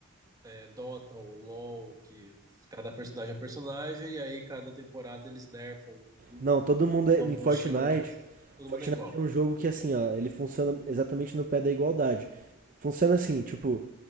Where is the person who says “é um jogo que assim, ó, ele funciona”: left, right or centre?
Right